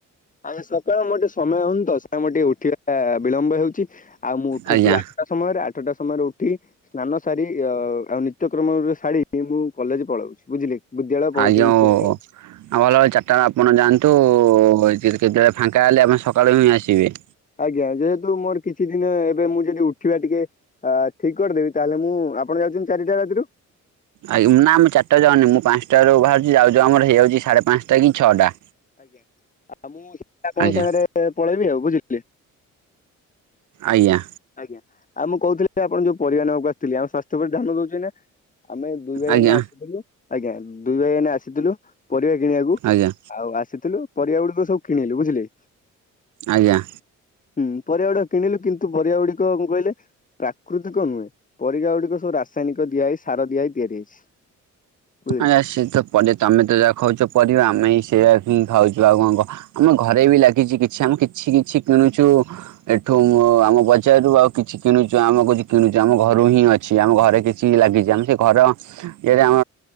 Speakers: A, on the left; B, on the right.
A: ଆମେ ସକାଳ ମୋର ଟିକେ ସମୟ ହୁଅନି ତ ସେ ଟିକେ ଉଠିବା ଟା ବିଳମ୍ବ ହେଉଛି ଆଉ ମୁଁ ଉଠୁଛି
B: ଆଜ୍ଞା
A: ଆଠ ଠଟା ସମୟରେ ଆଠଟା ସମୟରେ ଉଠି ସ୍ନାନ ସାରି ଅ ଆଉ ନି ତ୍ୟକ୍ରମ ରେ ଶାଡ଼ିକି ମୁଁ କଲେଜ ପଳଉଛି ବୁଝିଲେ କି! ବିଦ୍ୟାଳୟ ପଳଉଛି
B: ଆଜ୍ଞା
A: ଉଚ୍ଚ
B: ଓ
A: ବିଦ୍ୟାଳୟ
B: ଆ ଭଲ ଚାରିଟା ବ ଆପଣ ଯାଆନ୍ତୁ କୁ ଏ ସି ଯେ କେତେବେଳେ ଫାଙ୍କା ହେଲେ ଆପଣ ସକାଳୁ ହିଁ ଆସିବେ!
A: ଆଜ୍ଞା ଯେହେତୁ ମୋର କିଛି ଦିନ ଏବେ ମୁଁ ଯଦି ଉଠିବା ଟିକେ ଆ ଠିକ କରିଦେବି ତାହେଲେ ମୁଁ ଆପଣ ଯାଉଚନ୍ ଚାରିଟା ରାତିରୁ
B: ଆଇ ଉଁ ନା ମୁଁ ଚାରିଟା ରେ ଜାଉନି ମୁଁ ପାନ୍ସ ଟା ରୁ ବାହାରୁଛି ଯାଉ ଯାଉ ଆମର ହେଇଯାଉଛି ସାଢେ ପାନ୍ସଟା କି ଛଅଟା!
A: ଆଜ୍ଞା ଆଉ ମୁଁ ସେ ଆପଣଙ୍କ
B: ଆଜ୍ଞା
A: ସାଙ୍ଗରେ ପଳେଇବି ଆଉ ବୁଝିିଲେ!
B: ଆଜ୍ଞା!
A: ଆଜ୍ଞା ଆଉ ମୁଁ କହୁଥିଲି ଆପଣ ଯୋଉ ପରିବା ନବାକୁ ଆସିଥିଲି ଆଉ ସ୍ଵାସ୍ଥ୍ୟ ପ୍ରତି ଧ୍ୟାନ ଦଉଛନ୍ ନା? ଆମେ ଦୁଇ ଭାଇ
B: ଆଜ୍ଞା
A: ଏଇନେ ଆସିଥିଲୁ ଆଜ୍ଞା ଦୁଇ ଭାଇ ଏଇନେ ଆସିଥିଲୁ ପରିବା କିଣିବାକୁ
B: ଆଜ୍ଞା
A: ଆଉ ଆସିଥିଲୁ ପରିବା ଗୁଡିକ ସବୁ କିଣିଲୁ ବୁଝିଲେ!
B: ଆଜ୍ଞା!
A: ହୁଁ ପରିବା ଗୁଡିକ କିଣିଲୁ କିନ୍ତୁ ପରିବା ଗୁଡିକ କଂ କହିଲେ ପ୍ରାକୃତିକ ନୁହେଁ ପରିବା ଗୁଡିକ ସବୁ ରାସାୟନିକ ଦିଆ ଏଇ ସାର ଦିଆ ଏଇ ତିଆରି ହେଇଛି! ବୁଝିଲେ
B: ଆୟା ସେତ ପନି ତମେତ ଯାହା ଖାଉଛ ପରିବା ଆମେ ହି ସେଇଆ ହିଁ ଖାଉଛୁ ଆଉ କଂ ଘ ଆମ ଘରେବି ଲାଗିଛି କିଛି ଆମେ କିଛି କିଛି କିଣୁଛୁ ଏଠୁ ମୁଁ ଆମ ବଜାରରୁ ଆଉ କିଛି କିଣୁଛୁ ଆମକୁ କି ଜୁ କିଣୁଛୁ ଆମ ଘରୁହିଁ ଅ ଛି ଆମ ଘରେ କିଛି ଲାଗିଛି ଆମ ସେ ଘର ଇଏରେ ଆମ